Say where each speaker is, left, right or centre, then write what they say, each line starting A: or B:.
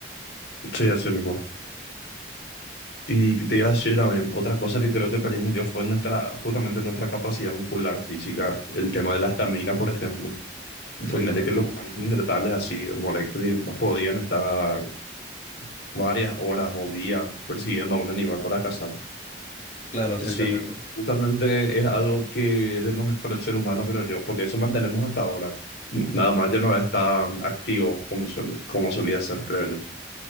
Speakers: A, on the left; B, on the left.
A: Sí, así mismo. Y te iba a decir también, otra cosa que creo que perdí yo fue nuestra, justamente nuestra capacidad muscular física, el tema de la estamina, por ejemplo.
B: Exactamente.
A: Ponerle que los humanos neandertales así, morectos, no podían estar varias horas o días persiguiendo a un animal para cazar.
B: Claro, exactamente.
A: Sí, justamente es algo que es de lo mejor del ser humano, creo yo, porque eso mantenemos hasta ahora.
B: Ujú.
A: Nada más ya no está activo como, suele- como solía ser, creo yo.